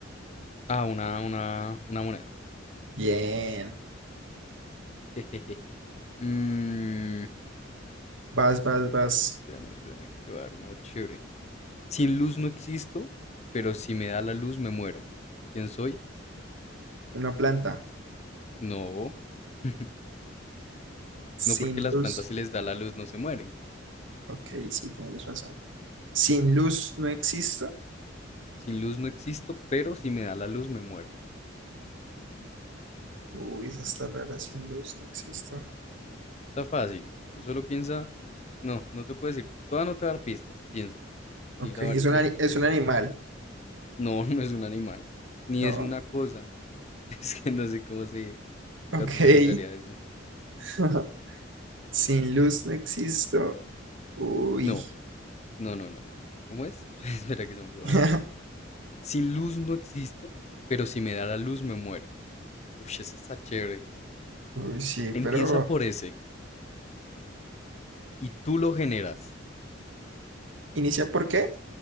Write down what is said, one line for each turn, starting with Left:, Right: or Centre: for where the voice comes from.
Left: Ah, una, una, una moneda.
Right: Bien.
Left: <laughs> Jejeje. Mm,
Right: Vas, vas, vas.
Left: espérame, espérame, que te voy a dar uno chévere. Sin luz no existo, pero si me da la luz me muero. ¿Quién soy?
Right: Una planta.
Left: No. <laughs>
Right: Sin
Left: No porque las
Right: luz.
Left: plantas si les da la luz no se mueren.
Right: Ok, sí, tienes razón. Sin luz no existo.
Left: Sin luz no existo, pero si me da la luz me muero.
Right: Uy, eso está rara. Sin luz no existo.
Left: Está fácil. Tú solo piensa. No, no te puedo decir. Toda no te va a dar pistas. Piensa. Dila
Right: Ok, es
Left: varias
Right: un,
Left: veces
Right: ani-
Left: y
Right: es
Left: puedes
Right: un
Left: pensar.
Right: animal,
Left: No, <laughs> no es un animal. Ni
Right: ¿no?
Left: es una cosa. <laughs> Es que no sé cómo se
Right: Ok.
Left: categorizaría eso.
Right: <laughs> Sin luz no existo. Uy.
Left: No, no, no, no, no. no. ¿Cómo es? <laughs> Espera que se me olvidó.
Right: <laughs>
Left: Eh, Sin luz no existo, pero si me da la luz me muero. Uy, ese está chévere.
Right: Uy, sí,
Left: Empieza
Right: pero
Left: por ese. Y tú lo generas.
Right: ¿inicia por qué?